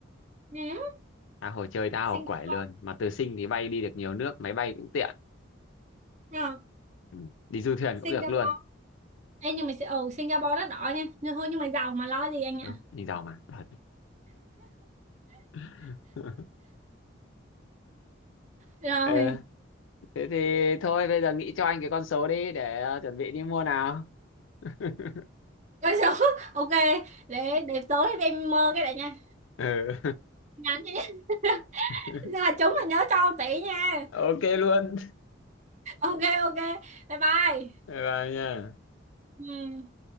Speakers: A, on the right; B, on the left.
A: nè
B: Tha hồ chơi tha
A: Singapore
B: hồ quẩy luôn. Mà từ Sing thì bay đi được nhiều nước, máy bay cũng tiện.
A: Ờ,
B: Ừ, đi du thuyền
A: Singapore
B: cũng được luôn.
A: Ê, nhưng mà ở Singapore rất đỏ nha nhưng thôi nhưng mà giàu mà lo gì anh
B: Ừ,
A: ạ
B: mình giàu mà. Thật. <laughs>
A: rồi
B: Ờ, thế thì thôi bây giờ nghĩ cho anh cái con số đi để ờ, chuẩn bị đi mua nào. <laughs>
A: Con số <laughs> ok để để tối em mơ cái này nha
B: Ừ.
A: nhắn cho nhá
B: <laughs>
A: <laughs> là chúng là nhớ cho tỷ nha
B: Ok luôn.
A: ok ok bye bye
B: Bye bye nha.
A: ừ.